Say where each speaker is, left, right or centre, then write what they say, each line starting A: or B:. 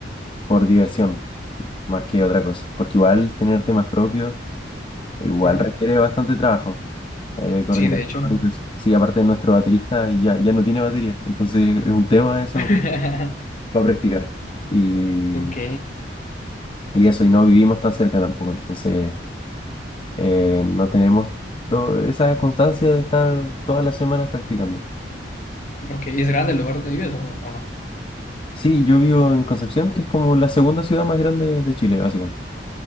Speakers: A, on the left; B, on the left.
A: por diversión, más que otra cosa. Porque igual tener temas propios, igual
B: Ujú.
A: requiere bastante trabajo. eh, coordinación
B: Sí, de hecho.
A: y todo eso. Sí, aparte de nuestro baterista ya, ya no tiene batería, entonces es un tema eso
B: <laughs>
A: para practicar. Y,
B: Ok,
A: y eso, y no vivimos tan cerca tampoco, entonces eh, no tenemos to- esa constancia de estar todas las semanas practicando.
B: ok. ¿Y es grande el lugar donde vives o, o no?
A: Sí, yo vivo en Concepción, que es como la segunda ciudad más grande de Chile, básicamente.